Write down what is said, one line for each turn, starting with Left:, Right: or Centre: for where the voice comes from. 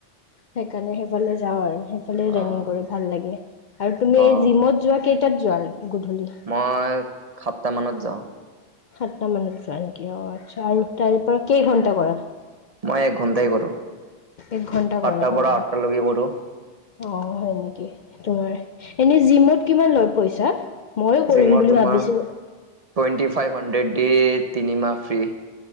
Left: সেইকাৰণে সেইফালে যাওঁ আৰু সেইফালে
Right: হয়,
Left: ৰাণিং কৰো। ভাল লাগে আৰু তুমি
Right: অ',
Left: এই
Right: অ',
Left: জিমত যোৱা কেইটাত যোৱা গধূলি?
Right: মই সাতটা মানত যাওঁ।
Left: সাতটা মানত জোৱা নেকি অ' আচছা আৰু তাৰ পৰা কেই ঘণ্টা কৰা?
Right: মই এক ঘন্টাই কৰো সাতটাৰ
Left: এক ঘন্টা কৰা অ
Right: পৰা আঠটালৈকে কৰো।
Left: অ' হয় নেকি তোমাৰ এনে জিমত কিমান লৈ পইচা? ময়ো কৰিম
Right: জিমত
Left: বুলি
Right: তোমাৰ
Left: ভাবিছিলো
Right: টুৱেণ্টি ফাইভ হাণ্ড্ৰেড দে তিনিমাহ ফ্ৰী।